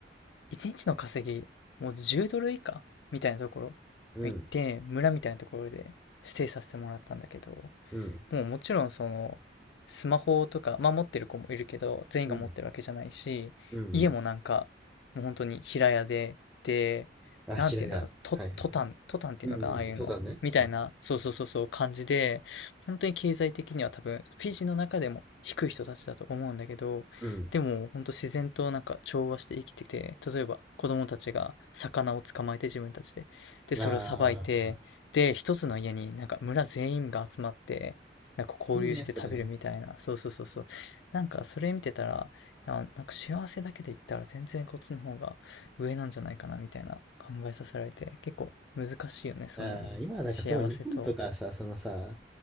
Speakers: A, on the left (about 75°); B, in the centre.
A: 一日の稼ぎ、もう10ドル以下みたいなところ行って、
B: うん、
A: 村みたいなところでステイさせてもらったんだけど、
B: うん、
A: もうもちろんそのスマホとか、まあ持ってる子もいるけど、全員が持ってるわけじゃないし、
B: うん、うん、うん、うん
A: 家もなんか、もう本当に平屋で、で、
B: あ、
A: なんて言うんだろう、
B: 平屋。
A: ト、
B: はいはい。
A: トタン、トタンっていうのかな、
B: うんうん、
A: ああいうの。
B: 登山ね。
A: みたいな、
B: うん。
A: そうそうそうそう感じで、本当に経済的には多分、フィジーの中でも低い人たちだと思うんだけど、
B: う
A: でも本当自然となんか調和して生きてて、例えば子供たちが魚を捕まえて自分たちで、で、
B: ん。
A: それをさばいて、
B: ああ、
A: で、一つの家になんか村全員が集まって、なんか交流して食べるみたいな。
B: いいね、それね。
A: そうそうそうそう。なんかそれ見てたら、いや、なんか幸せだけで言ったら全然こっちの方が上なんじゃないかなみたいな考えさせられて、結構難しいよね、その幸せと。
B: ああ、今はなんかすごい日本とかさ、そのさ、